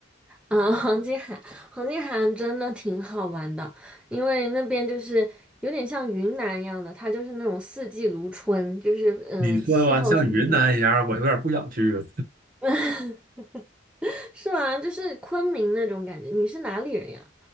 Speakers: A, in the centre; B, on the right.
A: 啊，黄金海，黄金海岸真的挺好玩的，因为那边就是有点像云南一样的，它就是那种四季如春，就是嗯，
B: 你说完像云南一样，
A: 气候什么的，
B: 我有点不想去了。
A: <laughs> 是吗？就是昆明那种感觉。你是哪里人呀？